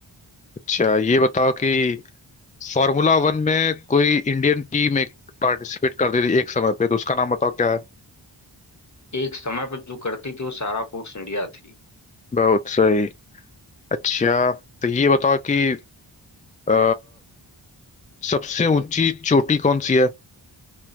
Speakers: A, on the left; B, on the left.
A: अच्छा ये बताओ कि फार्मूला वन में कोई इंडियन टीम एक पार्टिसिपेट कर रही थी एक समय पे तो उसका नाम बताओ क्या है
B: एक समय पर जो करती थी वो सारा फूड्स इंडिया थी
A: बहुत सही अच्छा तो ये बताओ कि अ, सबसे ऊंची चोटी कौन सी है